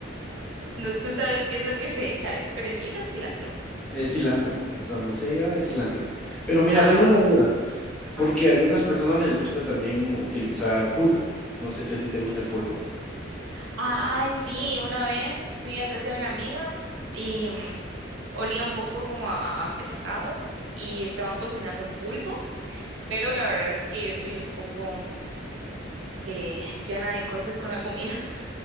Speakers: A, on the right (about 80°); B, in the centre.
A: <laughs> No, ¿tú sabes qué es lo que se echa? ¿Es perejil o cilantro?
B: es cilantro, hasta donde sé yo, es cilantro. Pero mira,
A: Ah,
B: tengo
A: bueno.
B: una duda,
A: Ah,
B: porque a algunas personas les gusta también utilizar pulpo. No sé si a ti te gusta el pulpo.
A: ay, sí, una vez fui a casa de una amiga y mm, olía un poco como a, a pescado y estaban cocinando pulpo, pero la verdad es que yo soy un poco eh, llena de cosas con la comida. <laughs>